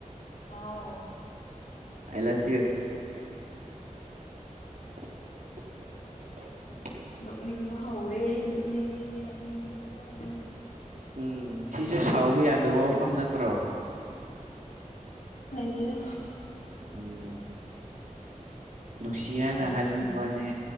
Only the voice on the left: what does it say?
ꯍꯥꯎ
ꯅꯣꯛꯅꯤꯡꯕ ꯍꯧꯥꯎꯋꯦ ꯅꯣꯛꯅꯤꯡꯉꯦ ꯅꯣꯛꯅꯤꯡꯕ ꯐꯥꯎꯋꯦ
ꯑꯗꯨꯗ
ꯁꯥꯎꯕ
ꯁꯪꯗꯦ